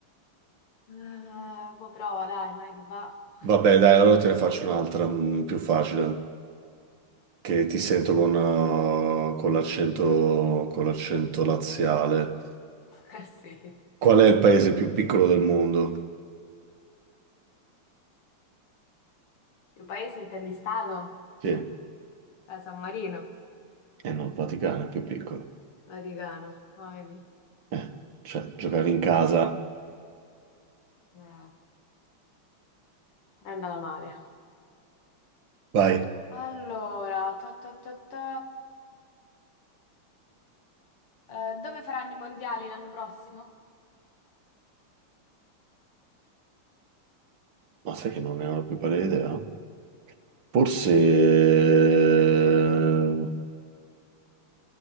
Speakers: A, on the left; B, on the right.
A: Eh, boh, prova, dai, ma che va.
B: Vabbè, dai, allora te ne faccio un'altra, mm, più facile. Che ti sento con, eh, con l'accento con l'accento laziale.
A: <laughs> Eh sì.
B: Qual è il paese più piccolo del mondo?
A: Che paese intendi stato?
B: Sì, eh
A: Eh, San Marino,
B: no, il Vaticano è il più piccolo.
A: Vaticano, ah, vedi.
B: Eh, cioè, giocare in casa,
A: Eh, è andata male.
B: Vai.
A: Allora, ta ta ta ta. Eh, dove faranno i mondiali l'anno prossimo?
B: ma sai che non ne ho la più pallida idea? Forse eh,